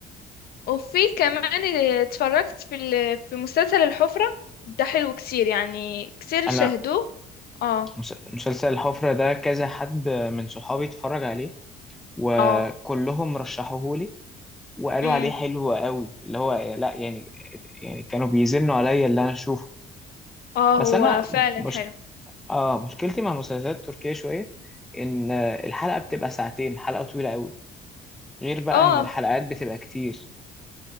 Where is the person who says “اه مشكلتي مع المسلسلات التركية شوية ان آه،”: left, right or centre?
Centre